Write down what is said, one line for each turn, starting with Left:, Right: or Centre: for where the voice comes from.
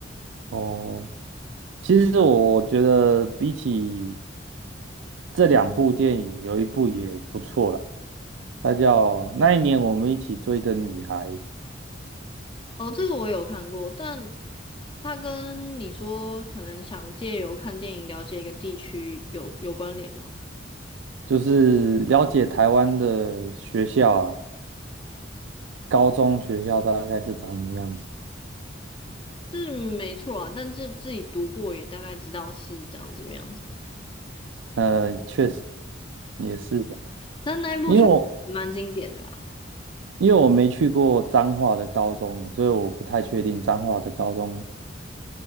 Right: 哦。其实我觉得比起这两部电影，有一部也不错啦，它叫《那一年我们一起追的女孩》，
Left: 哦，这个我有看过，但它跟你说可能想借由看电影了解一个地区有有关联吗？
Right: 就是了解台湾的学校啊，高中学校大概是长什么样子。
Left: 是没错啊，但这自己读过也大概知道是长怎么样子。
Right: 呃，确实也是的，
Left: 但那一部却蛮经典的啦。
Right: 因为我因为我没去过彰化的高中，所以我不太确定彰化的高中